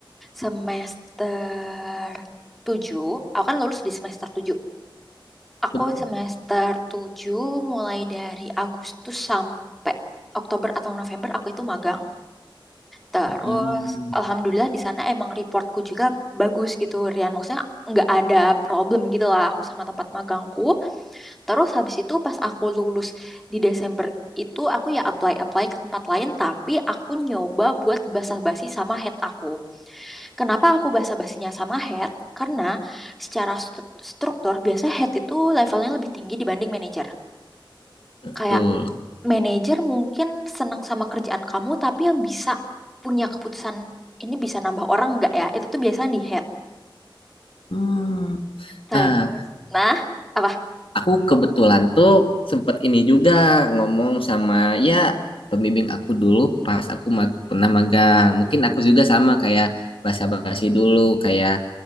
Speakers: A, in the centre; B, on the left.
A: Semester 7, aku kan lulus di semester 7. Aku
B: betul
A: semester tujuh mulai dari Agustus sampai Oktober atau November aku itu magang. Terus
B: Mm.
A: alhamdulillah di sana emang reportku juga bagus gitu, Rian. Maksudnya nggak ada problem gitu lah aku sama tempat magangku. Terus habis itu pas aku lulus di Desember itu aku ya apply-apply ke tempat lain tapi aku nyoba buat basa-basi sama head aku. Kenapa aku basa-basinya sama head? Karena secara stru- struktur biasa head itu levelnya lebih tinggi dibanding manager.
B: betul
A: Kayak manager mungkin senang sama kerjaan kamu tapi yang bisa punya keputusan ini bisa nambah orang nggak ya? Itu tuh biasanya di head.
B: Mm.
A: Terus,
B: nah
A: nah, apa?
B: Aku kebetulan tuh sempet ini juga ngomong sama ya pembimbing aku dulu pas aku mag pernah magang. Mungkin aku juga sama kayak basa-basi dulu kayak